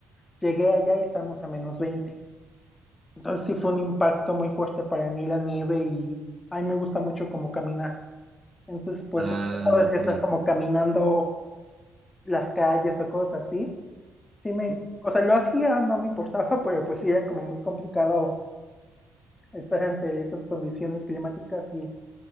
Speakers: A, on the left; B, on the right.
A: llegué allá y estábamos a menos 20. Entonces sí fue un impacto muy fuerte para mí la nieve y a mí me gusta mucho como caminar. Entonces, pues,
B: ah,
A: puedes
B: ok.
A: estar como caminando las calles o cosas así. Sí me,
B: Ujú.
A: o sea, lo hacía, no me importaba, <laughs> pero pues sí era como muy complicado estar ante esas condiciones climáticas y